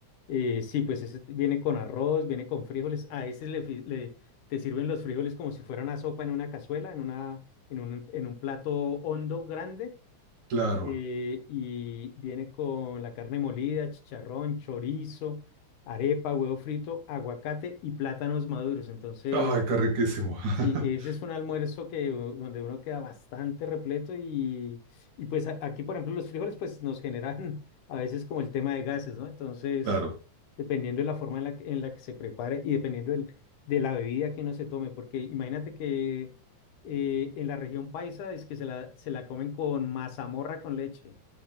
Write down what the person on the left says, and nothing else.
Eh, sí, pues ese t- viene con arroz, viene con frijoles. A ese le, fi- le- te sirven los frijoles como si fuera una sopa en una cazuela, en una, en un, en un plato hondo grande.
eh, y viene con la carne molida, chicharrón, chorizo, arepa, huevo frito, aguacate y plátanos maduros. Entonces,
sí, ese es un almuerzo que, u- donde uno queda bastante repleto y, y pues a- aquí, por ejemplo, los frijoles pues nos generan <laughs> a veces como el tema de gases, ¿no? Entonces,
dependiendo de la forma en la, que- en la que se prepare y dependiendo del- de la bebida que uno se tome, porque imagínate que... eh, en la región paisa es que se la, se la comen con mazamorra con leche